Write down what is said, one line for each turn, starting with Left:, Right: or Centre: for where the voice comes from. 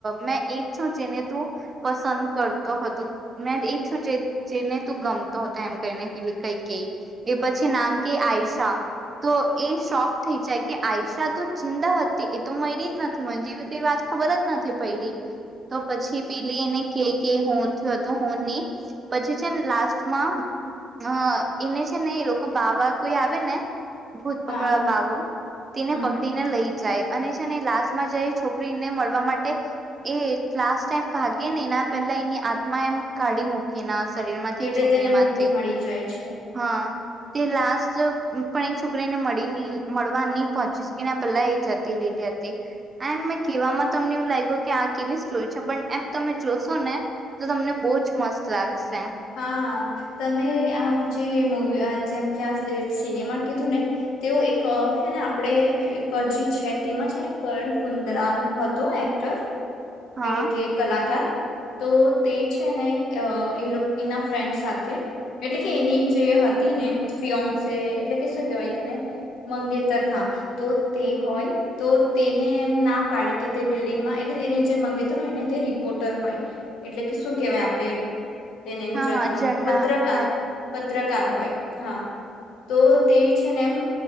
Right: મે એ છું જેને તું પસંદ કરતો હતો. મે એ છું જે જેને તું ગમતો હતો એમ કરીને પણ કઈક કે પછી નામ કે આયસ હા, તો એ શોખ થઈ જાય કે આઈશા તો જીદા હતી એતો મયરી જ નથી મન એવી એ વાત ખબર જ નથી પયઙી તો પછી પેલી એને કે, હું થતું, હું નહી. પછી છે ને, લાસ્ટમાં અ એને છે ને એ લોકો બાવા કોઈ આવે ને ભૂતપકડવા
Left: હા હા
Right: બાવો તેને
Left: હમ
Right: પકડી ને લઈ જાય અને છે ને લાસ્ટમાં જાય છોકરીને મળવા માટે એ લાસ્ટ ટાઈમ ભાગેને એના પહેલા એની આત્મા એમ કાઢી મૂકી કેનાશ. શરીરમાંથી,
Left: એટલે
Right: છોકરીમાંથી,
Left: તેને મુક્તિ મળી જાય છે
Right: હા. તે લાસ્ટ પણ એ છોકરીને મળી નહી, મળવા નહી પહોંચી શકી, એના પહેલા એ જતી રહેલી હતી. એમ મેં કહેવામાં તમને એવું લાગ્યું કે, આ કેવી સ્ટોરી છે પણ એમ તમે જોશો ને- તો, તમને બહુ જ મસ્ત સે.
Left: હા. હા, તમે આમ જે મુવી જેમ કે આ જે સિનેમા કીધું ને તેઓ એક છેને આપણે એક અજી છે તેમાં છે ને કરણ કુંદ્રા હતો એક્ટર.
Right: હા
Left: હેઙ કે કલાકાર? તો તે છે ને એના ફ્રેન્ડ સાથે એટલે કે, એની જે હતી ને ફિયોન્સે એટલે કે શું કેહેવાય તેને મંગેતર. હા, તો તે હોય તો તેને એમ ના પાડે કે તે બિલ્ડિંગમાં એટલે તે જે મંગેતર હોય ને તે રિપોર્ટર હોય. એટલે કે, શું કેહેવાય આપણે તેને ગુજરાતીમાં
Right: હા હા ઝરના
Left: પત્રકાર,
Right: હા
Left: પત્રકાર હોય. હા. તો તે છે ને એમ